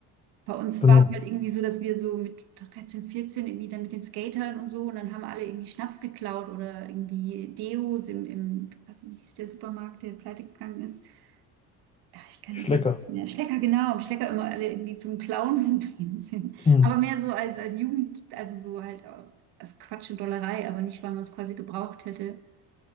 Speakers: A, on the right; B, on the left.
A: Bei uns
B: genau.
A: war es halt irgendwie so, dass wir so mit 13 14 irgendwie dann mit den Skatern und so und dann haben alle irgendwie Schnaps geklaut oder irgendwie Deos im, im was hieß der Supermarkt, der pleite gegangen ist. Ach, ich kann
B: Schlecker.
A: nicht mehr. Schlecker, genau. Im Schlecker immer alle irgendwie zum Clown <laughs> gegangen sind.
B: Hm.
A: Aber mehr so als, als Jugend, also so halt äh, als Quatsch und Dollerei, aber nicht, weil man es quasi gebraucht hätte.